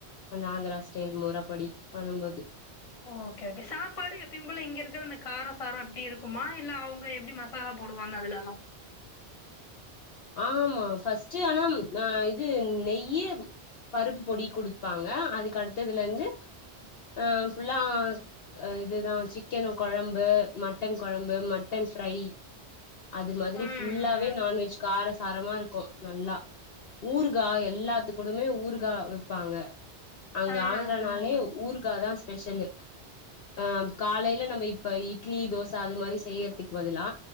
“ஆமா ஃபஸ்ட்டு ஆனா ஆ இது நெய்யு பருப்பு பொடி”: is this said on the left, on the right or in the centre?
Left